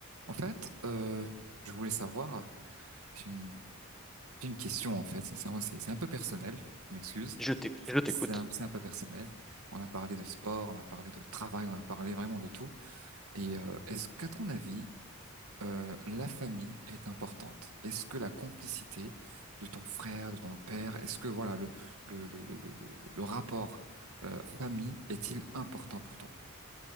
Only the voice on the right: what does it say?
En fait, euh, je voulais savoir, j'ai une, j'ai une question en fait, sincèrement, c'est c'est un peu personnel, je m'excuse,
c'est
c'est un, c'est un peu personnel. On a parlé de sport, on a parlé de travail, on a parlé vraiment de tout. Et euh, est-ce qu'à ton avis, euh, la famille est importante? Est-ce que la complicité de ton frère, de ton père, est-ce que voilà le le le le le, le- le rapport euh, famille est-il important pour toi?